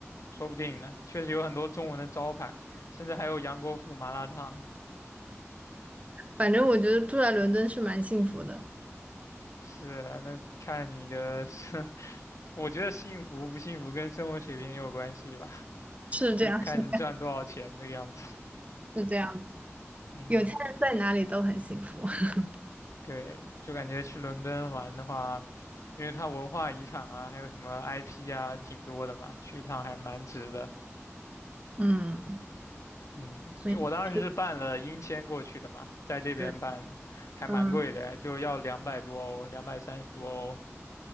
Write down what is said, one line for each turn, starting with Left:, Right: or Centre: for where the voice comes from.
Left: 说不定呢，确实有很多中文的招牌，甚至还有杨国福麻辣烫。
Right: 反正我觉得住在伦敦是蛮幸福的，
Left: 是啊，那看你的生，<laughs> 我觉得幸福不幸福跟生活水平也有关系吧，
Right: 是这样，
Left: 就看你赚多少钱这个样子。
Right: 是是这样的，
Left: 嗯。
Right: 有钱人在哪里都很幸福。<laughs>
Left: 对，就感觉去伦敦玩的话，因为它文化遗产啊，还有什么 IP 啊，挺多的嘛，去一趟还蛮值的。
Right: 嗯，
Left: 嗯，
Right: 所以是，
Left: 因为我当时是办了英签过去的嘛，在这边办的，
Right: 对，
Left: 还蛮贵的，
Right: 嗯，
Left: 就要两百多欧，两百三十多欧，